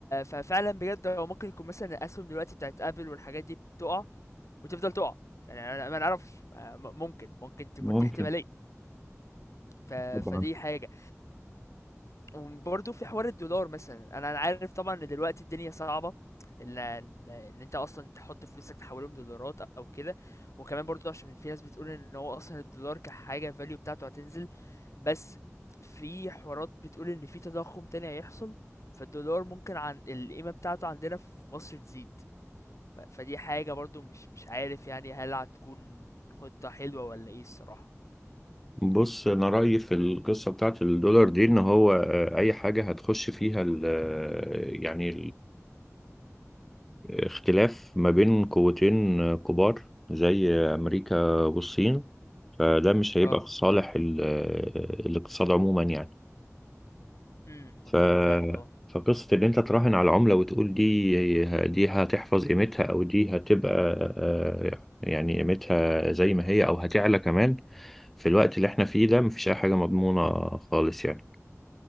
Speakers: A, on the left (about 65°); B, in the centre.
A: ففعلا بجد هو ممكن يكون مثلا الاسهم دلوقتي بتاعت ابل والحاجات دي بتقع وتفضل تقع يعني انا ما نعرفش ما- ممكن ممكن تكون
B: ممكن
A: دي احتماليه ف...
B: طبعا
A: فدي حاجه وبرضه في حوار الدولار مثلا انا عارف طبعا ان دلوقتي الدنيا صعبه ان ان إن انت اصلا تحط فلوسك تحولهم دولارات او كده وكمان برضه عشان في ناس بتقول ان هو اصلا الدولار كحاجه فاليو بتاعته هتنزل بس في حوارات بتقول ان في تضخم تاني هيحصل فالدولار ممكن عن القيمه بتاعته عندنا في مصر تزيد ف... فدي حاجه برضه مش مش عارف يعني هل هتكون خطه حلوه ولا ايه الصراحه
B: بص انا رايي في القصه بتاعت الدولار دي ان هو آه، اي حاجه هتخش فيها ال آه، يعني الاختلاف ما بين قوتين آه، كبار زي امريكا والصين فده مش هيبقى
A: اه
B: في صالح ال- آه، الاقتصاد عموما يعني
A: امم منطقي
B: ف...
A: فعلا اه
B: فقصة إن أنت تراهن على عملة وتقول دي دي هتحفظ قيمتها أو دي هتبقى آه، يعني قيمتها زي ما هي أو هتعلى كمان في الوقت اللي إحنا فيه ده مفيش أي حاجة مضمونة خالص يعني